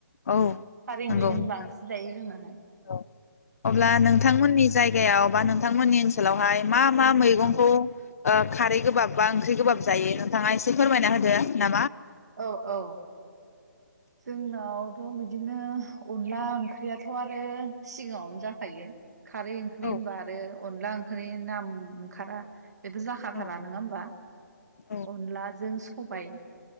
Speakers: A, on the left (about 50°); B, on the right (about 60°).
A: औ
B: खारै ओंख्रिखौनो
A: नंगौ नोंथां
B: बांसिन जायो जोंनाहाय
A: औ अब्ला नोंथांमोननि जाय जायगायाव बा नोंथांमोननि ओनसोलावहाय मा मा मैगंखौ ओ खारै गोबाब बा ओंख्रि गोबाब जायो नोंथाङा एसे फोरमायना होदो ना
B: औ औ जोंनाव थ' बिदिनो अनला ओंख्रियाथ' आरो सिगाङावनो जाखायो खारै ओंख्रि
A: औ
B: होनबा आरो अनला ओंख्रि नाम ओंखारा बेथ' जाखाथारा
A: औ
B: नोङा होमबा
A: औ
B: अनलाजों सबाय